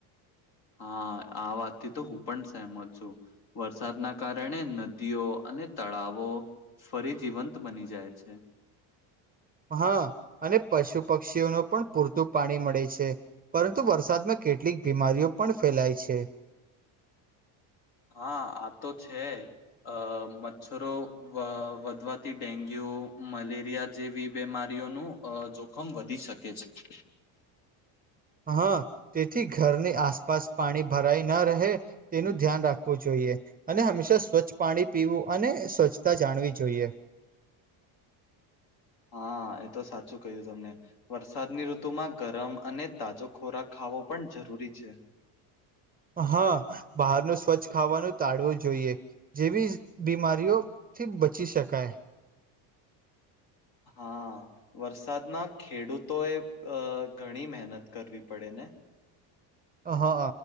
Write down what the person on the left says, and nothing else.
હા આ વાત થી તો હું પણ સહેમત છું વરસાદના કારણે નદીઓ અને તળાવો ફરી જીવંત બની જાય છે.
હા આ તો છે અ મચ્છરો વ વધવાથી ડેન્ગ્યુ મલેરિયા જેવી બીમારીઓનું અ જોખમ વધી શકે. કે છે.
હા એ તો સાચું ક્યું તમને. વરસાદની ઋતુમાં ગરમ અને તાજો ખોરાક ખાવો પણ જરૂરી છે.
હા. વરસાદના ખેડૂતો એ અ ઘણી મહેનત કરવી પડે ને.